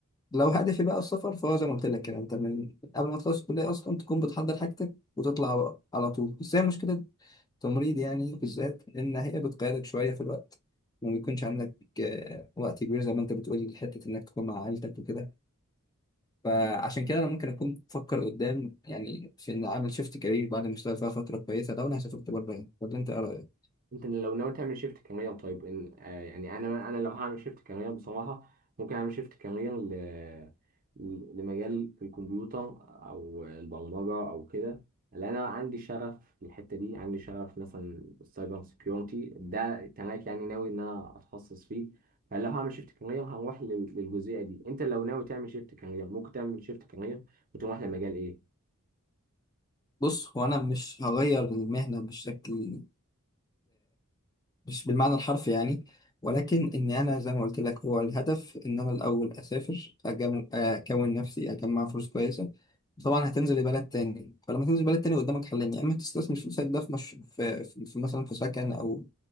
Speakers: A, on the left; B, on the right.
A: لو هدفي بقى السفر فهو زي ما قلت لك كده أنت من قبل ما تخلص الكلية أصلا تكون بتحضر حاجتك وتطلع بقى على طول بس هي مشكلة التمريض يعني بالذات إن هي بتقيدك شوية في الوقت ما بيكونش عندك آه، وقت كبير زي ما أنت بتقولي لحتة إنك تكون مع عائلتك وكده فعشان كده انا ممكن اكون بفكر قدام يعني في ان اعمل شيفت كارير بعد ما اشتغل فيها فتره كويسه لو انا هسافرت بره يعني. ولا انت ايه رايك؟
B: انت لو ناوي تعمل شيفت كارير طيب إن آه يعني انا انا لو هعمل شيفت كارير بصراحه ممكن اعمل شيفت كارير ل ل- لمجال في الكمبيوتر او البرمجه او كده لان انا عندي شغف في الحته دي عندي شغف مثلا السايبر سيكيورتي ده تراك يعني ناوي ان انا اتخصص فيه فلو هعمل شيفت كارير هروح لل- للجزئيه دي انت لو ناوي تعمل شيفت كارير ممكن تعمل شيفت كارير وتروح لمجال ايه
A: بص هو انا مش هغير المهنه بشكل مش بالمعنى الحرفي يعني ولكن إن أنا زي ما قلت لك هو الهدف إن أنا الأول أسافر أجم- أكون نفسي أجمع فلوس كويسة طبعا هتنزل بلد تاني فلما تنزل بلد تاني قدامك حلين يا إما تستثمر فلوسك ده في, مش... في... في في مثلا في سكن أو